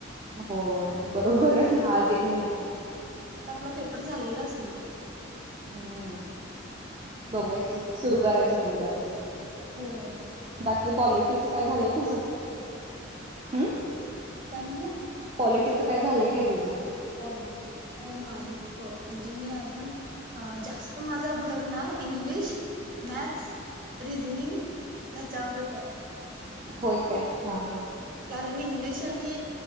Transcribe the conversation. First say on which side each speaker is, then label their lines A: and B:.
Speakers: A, on the right; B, on the right.
A: होय! बरोबर आहे, आज एक महिना.
B: आता आपला पेपर झालेला असणार.
A: हम्म! बघुया की सुरू करायचा आता उद्यापासून तर
B: होय
A: बाकी पॉली टीच काय झालंय तुझ? हम्म.
B: काय म्हणला?
A: क्वालिटीचं काय झालं काय तुझं?
B: कॉलिटिक नाहीत अ म्हणजे मी अजून अ जास्त माझा भर ना इंग्लिश, मॅथस रिझनिंग त्याच्यावरच हाय.
A: होय काय हा हा.
B: कारण इंग्लिश आणि